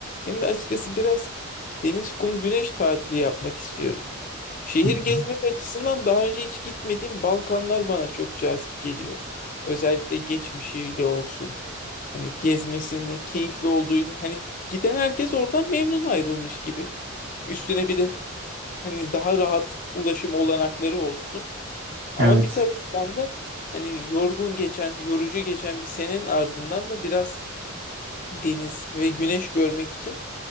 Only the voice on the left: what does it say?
Hem de açıkçası biraz deniz, kum, güneş tatili yapmak istiyorum. Şehir
gezmek açısından daha önce hiç gitmediğim Balkanlar bana çok cazip geliyor. Özellikle geçmişiyle olsun. Hani gezmesinin keyifli olduğuyla hani giden herkes oradan memnun ayrılmış gibi. Üstüne bir de Hani daha rahat ulaşım olanakları olsun. Ama
bir taraftan da hani yorgun geçen, yorucu geçen bir senenin ardından da biraz deniz ve güneş görmek için